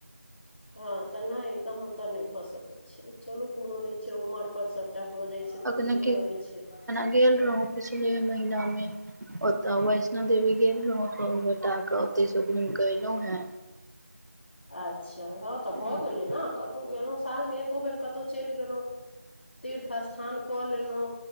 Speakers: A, on the left (about 45°); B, on the right (about 90°).
A: हँ तऽ नै तहन तऽ नहि भऽ सकै छै चलू कोनो नहि छै उमर पर सभटा भऽ जाय छै तऽ सबटा
B: अखने
A: ठीके रहै छै
B: गेल रहुँ पछले महिना में ओता वैष्णो देवी गेल रहोक ओतेक बेटा के गेलहुँ हंय
A: अच्छा हँ तऽ
B: हें
A: भऽ गेलै ने कतहु गेलहुँ सालमे एको बेर कतहु चलि गेलहुँ तीर्थ स्थान कऽ लेलहुँ